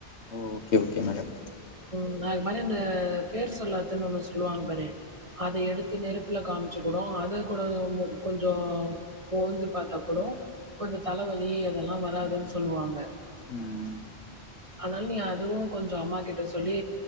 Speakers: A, on the left (about 80°); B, on the right (about 30°).
A: ஓகே ஓகே மேடம்
B: உம் அது மாதிரி அந்த பேர் சொல்லாததுனு ஒண்ணு சொல்லுவாங்க பாரு அத எடுத்து நெருப்புல காம்ச்சி கூட அத கூட கொஞ்சம் மோந்து பாத்தா கூடோ கொஞ்சம் தலைவலி அதெல்லாம் வராதுன்னு சொல்லுவாங்க
A: ம்
B: ஆனால நீ அதுவும் கொஞ்சம் அம்மா கிட்ட ப்ப சொல்லி